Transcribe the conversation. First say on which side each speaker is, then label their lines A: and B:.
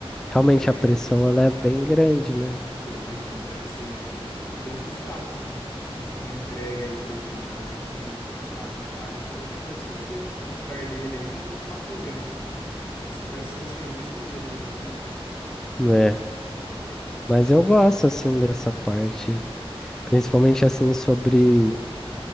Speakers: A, in the centre; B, on the left.
A: realmente
B: É,
A: a pressão ela é bem grande, né?
B: eu imagino que deve ser mesmo bem, tipo, bem puxado, assim. né? Que nem se tem uma entrega aí, por exemplo, né? E o seu funcionário não faz, você vai ter que assumir a- o lugar dele aí e acabar fazendo, né? Aí você faz o seu serviço e o dele junto, né?
A: né?
B: É, então isso
A: Mas
B: eu acho
A: eu
B: que...
A: gosto, assim, dessa parte, principalmente, assim, sobre